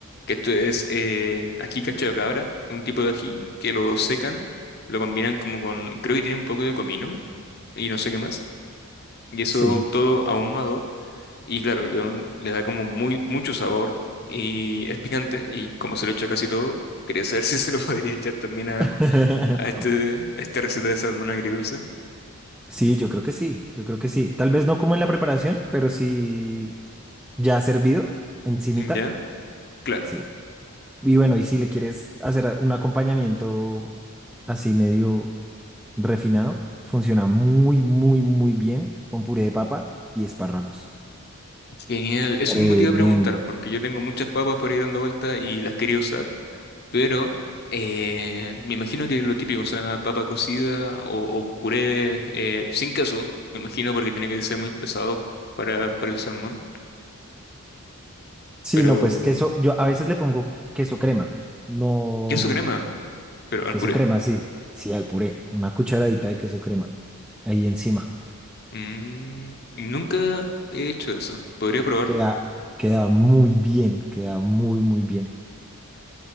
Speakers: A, on the left; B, in the centre.
A: Que esto es eh, ají cacho de cabra, un tipo de ají que lo secan, lo combinan como con, creo que tiene un poco de comino y no sé qué más. Y eso
B: Sí.
A: todo ahumado y claro, le, da un- le da como muy, mucho sabor y es picante y como se lo echa casi todo, quería saber <laughs> si se lo podría echar también a,
B: <laughs>
A: a este, a esta receta de salmón agridulce.
B: Sí, yo creo que sí, yo creo que sí. Tal vez no como en la preparación, pero sí ya servido encimita.
A: ¿Ya? Claro.
B: Sí. Y bueno, y si le quieres hacer un acompañamiento así medio refinado, funciona muy, muy, muy bien con puré de papa y espárragos.
A: Genial. Eso
B: Tremendo.
A: mismo te iba a preguntar, porque yo tengo muchas papas por ir dando vuelta y las quería usar, pero eh, me imagino que lo típico, o sea, papa cocida o, o un puré eh, sin queso, me imagino porque tiene que ser muy pesado para, para el salmón,
B: Sí,
A: pero
B: no, pues queso, yo a veces le pongo queso crema, no,
A: queso crema, pero al
B: queso
A: puré.
B: crema, sí, sí, al puré, una cucharadita de queso crema ahí encima.
A: Mm, nunca he hecho eso. Podría probarlo.
B: Queda, queda muy bien, queda muy, muy bien.